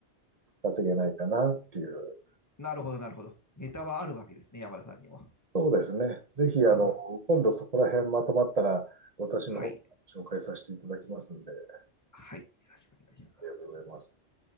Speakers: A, on the right; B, on the left.
A: 稼げないかなっていう。
B: なるほど、なるほど。ネタはあるわけですね、山田さんにも。
A: そうですね。ぜひ、
B: あ
A: あの、今度そこら辺まとまったら、私の方から紹介させていただきますんで、
B: はい。
A: あ
B: はい。よろしくお願いします。
A: りがとうございます。